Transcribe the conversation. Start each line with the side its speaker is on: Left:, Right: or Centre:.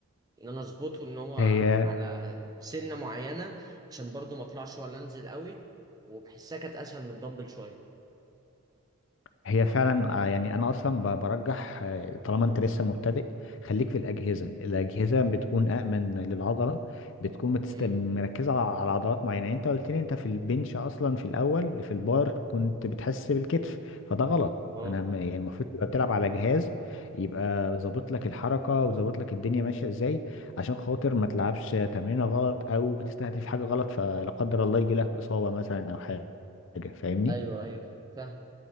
Right: إن أنا أظبطه إن هو
Left: تمام
Right: على سنة معينة عشان برضو ما أطلعش ولا أنزل قوي وبحسها كانت أسهل من الدمبل شوية
Left: هي فعلا آه، يعني انا اصلا ب- برجح آه، طالما انت لسه مبتدئ خليك في الاجهزه
Right: م-
Left: الاجهزه بتكون امن للعضله بتكون متست...
Right: م-
Left: مركزه على على عضلات معينه يعني انت قلت لي انت في البنش اصلا في الاول في البار كنت بتحس بالكتف فده غلط
Right: أه
Left: انا م- يعني المفروض تبقى بتلعب على جهاز يبقى ظابط لك الحركه وظابط لك الدنيا ماشيه ازاي عشان خاطر ما تلعبش تمرينه غلط او تستهدف حاجه غلط فلا قدر الله يجي لك اصابه مثلا او حاجه فاهمني
Right: أيوه أيوه فاهم.